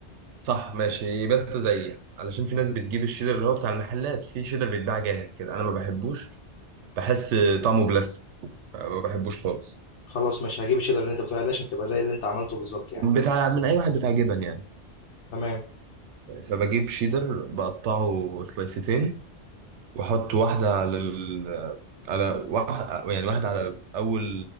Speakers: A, on the right (about 85°); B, on the left (about 80°).
A: صح ماشي يبقى انت زيي علشان في ناس بتجيب الشيدر اللي هو بتاع المحلات في شيدر بيتباع جاهز كده انا ما بحبوش بحس طعمه بلاستيك ما بحبوش خالص
B: خلاص ماشي هجيب الشيدر اللي أنت بتقول عليه عشان تبقى زي اللي أنت عملته بالظبط يعني
A: بتاع من اي واحد بتاع جبن يعني
B: تمام
A: فبجيب شيدر بقطعه سلايستين واحط واحده على ال... على واحد يعني واحده على اول